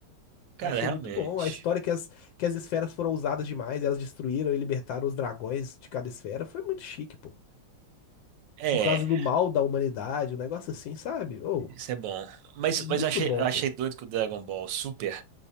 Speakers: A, on the right; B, on the left.
A: Cara,
B: Achei
A: realmente.
B: muito bom. A história que as, que as esferas foram usadas demais, elas destruíram e libertaram os dragões de cada esfera. Foi muito chique, pô.
A: É,
B: Por causa do mal da humanidade, um negócio assim, sabe? Ou,
A: isso é bom. Mas,
B: muito
A: mas eu achei,
B: bom,
A: eu achei
B: pô.
A: doido que o Dragon Ball Super.